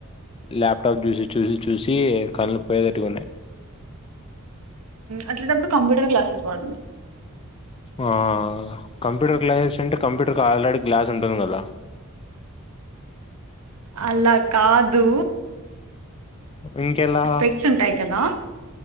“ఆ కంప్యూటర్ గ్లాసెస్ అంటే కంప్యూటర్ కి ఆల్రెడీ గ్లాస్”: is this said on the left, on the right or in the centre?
Left